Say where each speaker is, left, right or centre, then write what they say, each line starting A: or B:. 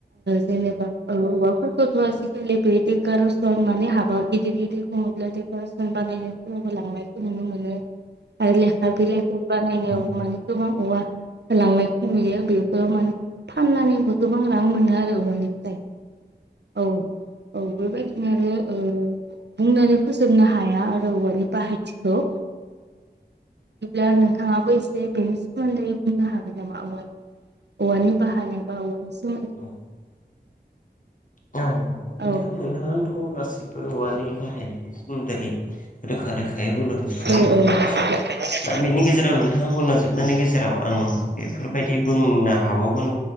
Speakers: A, on the right; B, on the left.
A: जेनेबा औवाफोरखौ <unintelligible> <unintelligible> सोरनिबा लांनायखौ नुनो मोनो। आरो लेखा बिलाइफोर बानायनायावबो
B: औ
A: माने गोबां औवा होलांनायखौ नुयो बेफोराव मान फाननानैबो गोबां रां मोनो आरो औवानिफ्राय। औ औ बेबायदिनो आरो औ बुंनानै फोजोबनो हाया आरो औवानि बाहायथिखौ। बिदिब्ला नोंथाङाबो एसे बेनि सोमोन्दै बुंनो हागोन नामा औवा औवनि बााहायानायब औवनिसिम
B: <inaudible> औ नोंथां
A: औ
B: नोंहाङथ' गासिबो औवानि बाहायनायनि सोमोन्दै रोखा रोखायैबो <unintelligible>
A: औ <unintelligible>
B: दा बेनि गेजेराव नोंथाङा बुंलाजोबनायनि गेजेराव आं बेफोरबायदि बुंनो हाबावगोन